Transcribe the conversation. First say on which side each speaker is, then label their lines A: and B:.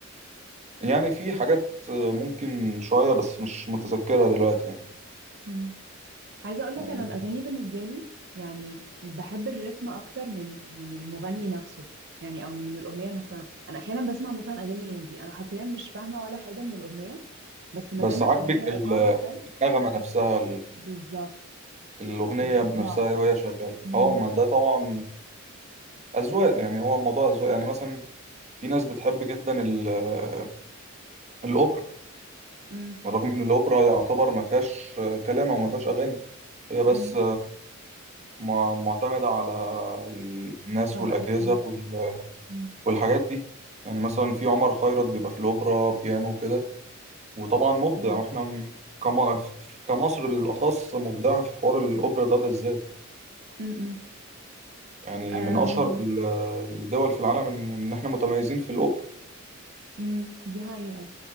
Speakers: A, on the right; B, on the right.
A: يعني في حاجات آه، ممكن شوية بس مش متذكرها دلوقتي يعني
B: امم عايزه اقول لك
A: يعني
B: انا الاغاني بالنسبه لي يعني بحب الريتم اكتر من من المغني نفسه يعني او من الاغنيه نفسها انا احيانا بسمع مثلا اغاني هندي انا حرفيا مش فاهمه ولا حاجه من الاغنيه بس ما
A: بس
B: دام
A: عاجبك
B: الاغنيه ايقاعها حلو
A: النغمة نفسها
B: بالظبط
A: الأغنية
B: الايقاع
A: بنفسها وهي شغالة
B: امم
A: اه ما ده طبعا أذواق يعني هو الموضوع أذواق يعني مثلا في ناس بتحب جدا ال- الأوبرا
B: امم
A: رغم إن الأوبرا يعتبر ما فيهاش كلام أو ما فيهاش أغاني هي بس
B: امم
A: مع- معتمدة على الناس
B: طبقه
A: والأجهزة
B: صوت
A: وال-
B: امم
A: والحاجات دي يعني مثلا في عمر خيرت بيبقى في الأوبرا بيانو وكده وطبعا مبدع
B: امم
A: واحنا م- كم- كمصر بالأخص مبدع في حوار الأوبرا ده بالذات
B: أم،
A: يعني
B: أم،
A: من أشهر ال- الدول في العالم إن إن إحنا متميزين في الأوبرا
B: مم. دي حقيقة